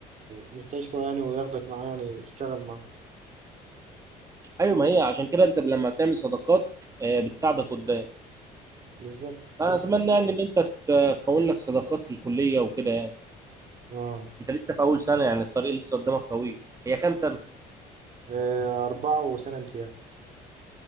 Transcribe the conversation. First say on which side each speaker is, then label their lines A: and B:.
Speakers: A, on the right (about 45°); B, on the right (about 20°).
A: المستشفى يعني وياخدك معاه يعني يشتغل معاه
B: ايوه ما هي عشان كده انت لما بتعمل صداقات آه، بتساعدك قدام
A: بالظبط
B: فانا اتمنى يعني ان انت تكون لك صداقات في الكليه وكده يعني.
A: اه
B: انت لسه في اول سنه يعني الطريق لسه قدامك طويل هي كام سنه
A: آه، أربعة وسنة امتياز